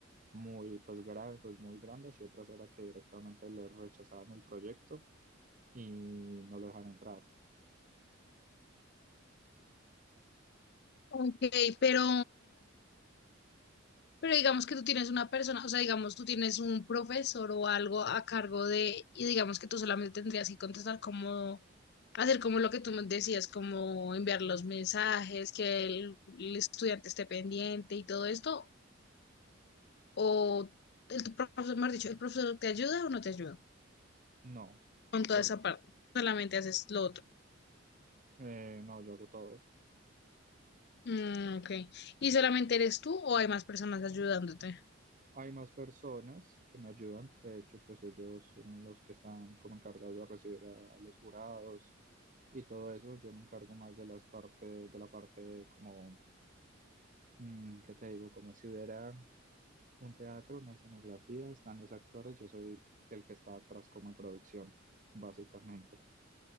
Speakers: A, on the right; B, on the left.
A: muy, pues, gra- pues, muy grandes y otras era que directamente le rechazaban el proyecto y no lo dejan entrar.
B: Ok, pero Pero digamos que tú tienes una persona, o sea, digamos tú tienes un profesor o algo a cargo de, y digamos que tú solamente tendrías que contestar como, hacer como lo que tú me decías, como enviar los mensajes, que el, el estudiante esté pendiente y todo esto, o el tu profesor, mejor dicho, el profesor te ayuda o no te ayuda
A: No,
B: con toda
A: porque
B: esa parte, solamente haces lo otro.
A: eh, no, yo hago todo.
B: Mm, ok. ¿Y solamente eres tú o hay más personas ayudándote?
A: Hay más personas que me ayudan, que de hecho pues ellos son los que están como encargados de recibir a los jurados y todo eso. Yo me encargo más de las partes, de la parte como, mm, ¿qué te digo? Como si hubiera un teatro, una escenografía, están los actores, yo soy el que está atrás como en producción, básicamente.